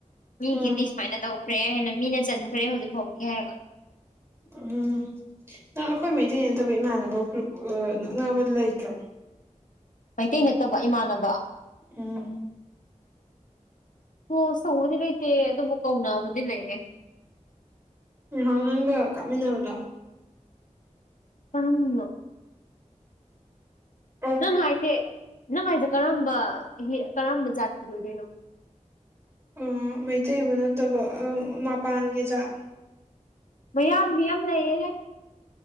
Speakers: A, on the left (about 85°); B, on the right (about 20°).
A: ꯃꯤꯒꯤꯗꯤ
B: ꯎꯝ
A: ꯁꯨꯃꯥꯏꯅ ꯇꯧꯈ꯭ꯔꯦ ꯍꯥꯏꯅ ꯃꯤꯅ ꯆꯟꯈ꯭ꯔꯦ ꯍꯧꯖꯤꯛ ꯐꯥꯎꯗꯤ ꯍꯥꯏꯔꯒ
B: ꯎꯝ ꯅꯪ ꯑꯩꯈꯣꯏ ꯃꯩꯇꯩ ꯅꯠꯇꯕ ꯏꯃꯥꯟꯅꯕ ꯅꯛꯅꯕ ꯂꯩꯇ꯭ꯔꯣ
A: ꯃꯩꯇꯩ ꯅꯠꯇꯕ ꯏꯃꯥꯟꯅꯕ
B: ꯎꯝ
A: ꯑꯣ ꯁꯧꯕꯗꯤ ꯂꯩꯇꯦ ꯑꯗꯨꯕꯨ ꯀꯧꯅꯕꯗꯤ ꯂꯩꯅꯦ
B: ꯎ ꯍ ꯅꯪꯒ ꯀꯞꯃꯤꯟꯅꯕꯗꯣ
A: ꯐꯔꯝꯅꯣ
B: ꯍ
A: ꯅꯪ ꯍꯥꯏꯁꯦ ꯅꯪ ꯍꯥꯏꯁꯦ ꯀꯔꯝꯕ ꯀꯔꯝꯕ ꯖꯥꯇꯤꯗ ꯑꯣꯏꯗꯣꯏꯅꯣ
B: ꯑ ꯃꯩꯇꯩꯕꯨ ꯅꯠꯇꯕ ꯃꯄꯥꯟꯒꯤꯖꯥꯠ
A: ꯃꯌꯥꯝꯕꯤ ꯑꯃ ꯂꯩꯌꯦꯦꯍꯦ